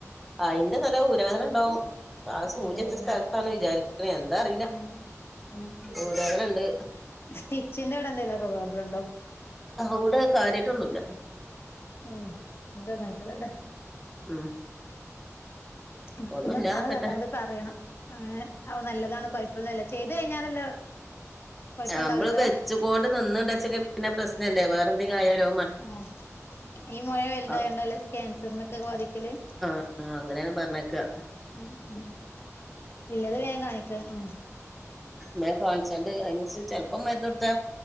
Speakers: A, in the centre; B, on the left (about 45°).
A: അതിന്റെ സ്ഥലം ഊരവേദന ഉണ്ടാവും ആ സൂചി
B: ഊരവേദന
A: വെച്ച സ്ഥലത്ത് ണ് വിചാരിക്കണേ എന്താ അറിയില്ല
B: ഉം ഉം
A: ഊര വേദനണ്ട്.
B: സ്റ്റിച്ചിന്റെ അവിടെ എന്തെലുമൊക്കെ പ്രൊബ്ലളം ഉണ്ടോ.
A: ഔടെ കാര്യട്ടൊന്നുല്ല
B: ഉം എന്തന്നായിട്ടതല്ലേ
A: ഉം.
B: അപ്പറത്തൂന്ന്
A: ഒന്നും ഇല്ലാതൊക്കെ
B: ആ താത്തനോട് പറയണം അങ്ങനെ നല്ലതാണ് കുഴപ്പൊന്നുമില്ല ചെയ്ത് കഴിഞ്ഞാലല്ലോ കൊഴപ്പുണ്ടാവില്ലല്ലോ
A: നമ്മള് വെച്ചുകൊണ്ട് നിന്‌ണ്ടെകില്ചെ കില് അതും പ്രശ്നംല്ലേ പിന്നെ വേറെ എന്തെങ്കിലും ആയാലോ
B: ആ ഈ മുഴ വലുതായ
A: ആ
B: കണ്ടാല് ക്യാൻസറിനൊക്കെ ബാധിക്കല്?
A: ആ അങ്ങനെയാപറഞ്ഞേക്കുക.
B: ഉം ഉം ഇല്ലത് വേഗം കാണിക്ക്‌. ഉം
A: മേ കാണിച്ചാണ്ട് അതിന ചെലപ്പോ മരുന്ന് കൊടുത്ത